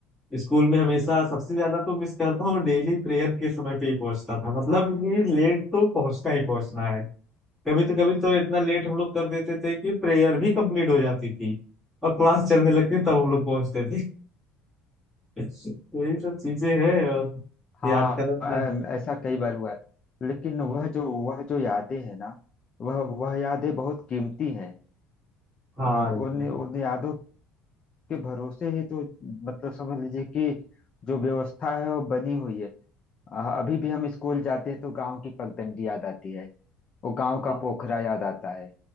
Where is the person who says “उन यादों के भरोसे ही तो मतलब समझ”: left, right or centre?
Left